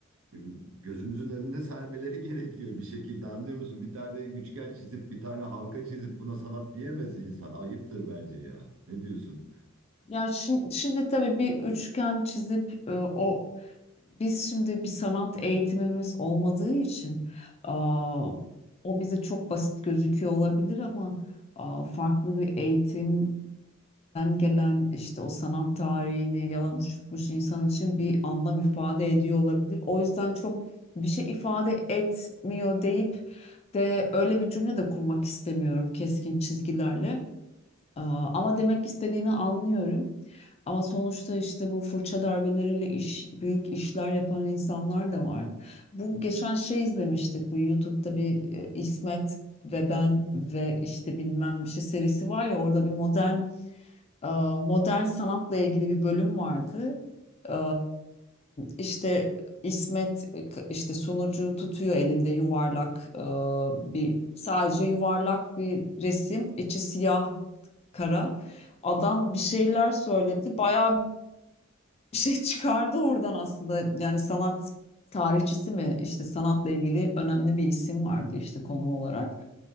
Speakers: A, on the right (about 75°); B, on the left (about 30°).
A: e, gözümüzün önüne sermeleri <laughs> gerekiyor bir şekilde anlıyor musun? Bir tane üçgen çizip bir tane halka çizip buna sanat diyemez insan. Ayıptır bence ya. Ne diyorsun?
B: Ya şimdi, şimdi tabii bir üçgen çizip e, o biz şimdi bir sanat eğitimimiz olmadığı için aa, o bize çok basit gözüküyor olabilir ama aa, farklı bir eğitimden gelen işte o sanat tarihini yalamış yutmuş insan için bir anlam ifade ediyor olabilir. O yüzden çok bir şey ifade etmiyor deyip de öyle bir cümle de kurmak istemiyorum keskin çizgilerle. Aa, ama demek istediğini anlıyorum. Ama sonuçta işte bu fırça darbeleriyle iş, büyük işler yapan insanlar da var. Bu geçen şey izlemiştik bu YouTube'da bir e, İsmet ve ben ve işte bilmem bir şey serisi var ya orada bir modern e, modern sanatla ilgili bir bölüm vardı. E, işte İsmet e, işte sunucu tutuyor elinde yuvarlak e, bir sadece yuvarlak bir resim içi siyah kara. Adam bir şeyler söyledi. Bayağı bir şey çıkardı oradan aslında. Yani sanat tarihçisi mi işte sanatla ilgili önemli bir isim vardı işte konu olarak.